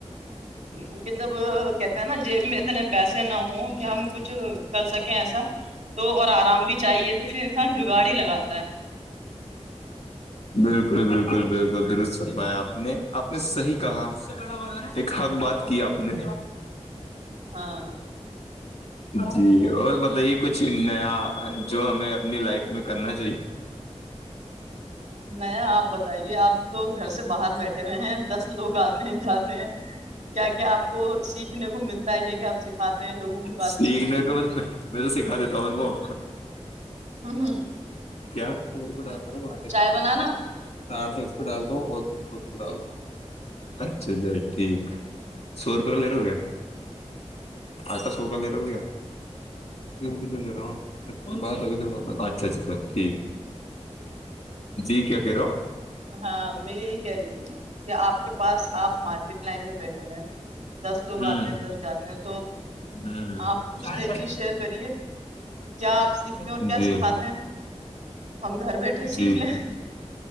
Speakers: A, on the right; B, on the left.
A: کیونکہ جب کہتے ہیں نا جیب میں اتنے پیسے نہ ہوں کہ ہم کچھ کر سکیں ایسا تو اور آرام بھی چاہیے تو پھر انسان جگاڑ ہی لگاتا ہے
B: بلکل بلکل بلکل درست فرمایا آپ
A: ہے
B: نے آپ نے صحیح کہا ایک حق بات کی آپ نے
A: ہاں
B: جی اور بتائیے کچھ نیا جو ہمیں اپنی لائف میں کرنا چاہیے
A: نیا آپ بتائیے آپ تو گھر سے باہر بیٹھے ہوئے ہیں دس لوگ آتے ہیں جاتے ہیں کیا کیا آپ کو سیکھنے کو ملتا ہے کیا کیا آپ سکھاتے لوگوں کی باتیں
B: سیکھنے
A: سن سن کے
B: کا میں تو سکھا دیتا ہوں ان کو
A: ہ
B: ا اور کوٹ
A: چائے
B: کے <inaudible>
A: بنانا
B: ساھ سو اسس پہ ڈالتا ہوں اور رو پہ ڈالتا ہوں <inaudible> اچھا اھی ٹھیک سو روپے کا لر ہو گیا <inaudible> آٹا سو کا لے رہے ہو کیا کلو لے رہا ہوں اچھا اچھا سر ٹھیک جی کیا کہہ رہا ہو
A: ہاں میں یہی کہہ رہی تھی کہ آپ کے پاس آپ مارکیٹ لائن میں بیٹھے ہوئے ہیں دس لوگ
B: ہوں
A: آتے ہیں دس جاتے ہیں تو
B: ہوں
A: آپ کچھ
B: شاید
A: نئی چیز شیئر کریے کیا آپ سیکھتے ہیں اور
B: جی
A: کیا سکھاتے ہیں ہم گھر بیٹھے
B: جی
A: سیکھ لیں